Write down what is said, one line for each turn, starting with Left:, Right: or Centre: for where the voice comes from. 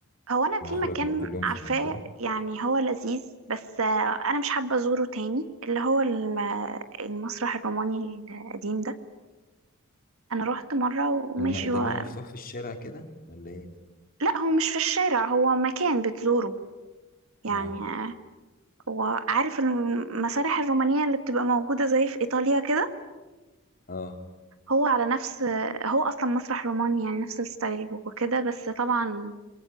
Right: هو انا
Left: ونخرجنا
Right: في مكان
Left: كل يوم
Right: عارفاه
Left: في منطقة
Right: يعني هو لذيذ بس آه، انا مش حابة ازوره تاني اللي هو الم- المسرح الروماني القديم ده انا روحت مرة وماشي
Left: الم... ده
Right: هو
Left: اللي هو مفتوح في الشارع كده ولا ايه ده
Right: لا هو مش في الشارع هو مكان بتزوره يعني
Left: اه
Right: آه، وعارف المسارح الرومانية اللي بتبقى موجودة زي في ايطاليا كده
Left: اه
Right: هو على نفس هو اصلا مسرح روماني يعني نفس الستايل وكده بس طبعا